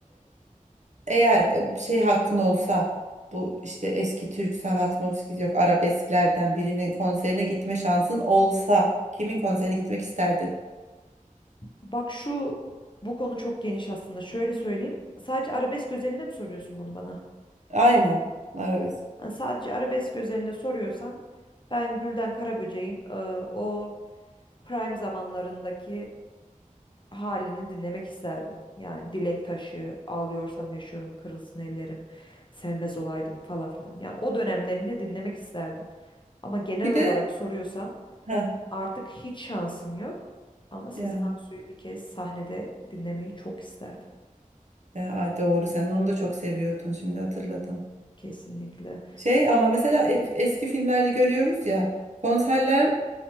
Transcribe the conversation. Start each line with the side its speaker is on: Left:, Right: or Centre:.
Right: Eğer e, şey hakkın olsa bu işte eski Türk sanat müziği yok arabesklerden birinin konserine gitme şansın olsa kimin konserine gitmek isterdin?
Left: Bak şu bu konu çok geniş aslında. Şöyle söyleyeyim. Sadece arabesk özelinde mi soruyorsun bunu bana?
Right: Aynen arabesk.
Left: Hani sadece arabesk özelinde soruyorsan ben Gülden Karaböcek'in e, o prime zamanlarındaki halini dinlemek isterdim. Yani Dilek Taşı, Ağlıyorsam Yaşıyorum, Kırılsın Ellerim, Sevmez Olaydım falan filan. Yani o dönemlerini dinlemek isterdim. Ama genel
Right: Bir
Left: olarak
Right: de
Left: soruyorsan
Right: ha
Left: artık hiç şansım yok. Ama Sezen
Right: yani
Left: Aksu'yu bir kez sahnede dinlemeyi çok isterdim.
Right: e, ay doğru sen onu da çok seviyordun şimdi hatırladım.
Left: Kesinlikle.
Right: Şey ama mesela e- eski filmlerde görüyoruz ya konserler